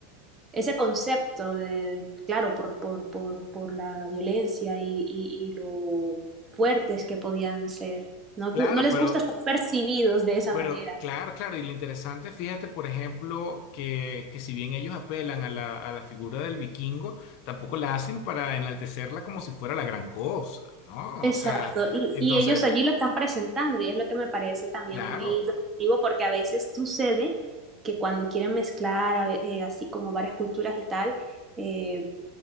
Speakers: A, on the right; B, on the left.
A: ese concepto de, claro, por, por, por, por la violencia y, y- y lo fuertes que podían ser. No,
B: Claro,
A: gu- no les
B: pero
A: gusta ser percibidos de esa
B: Pero
A: manera.
B: claro, claro, y lo interesante, fíjate, por ejemplo, que, que si bien ellos apelan a la, a la figura del vikingo, tampoco la hacen para enaltecerla como si fuera la gran cosa, ¿no?
A: Exacto,
B: O sea,
A: y,
B: entonces,
A: y ellos allí lo están presentando y es lo que me parece también
B: claro.
A: muy llamativo porque a veces sucede que cuando quieren mezclar a ve- eh, así como varias culturas y tal, eh,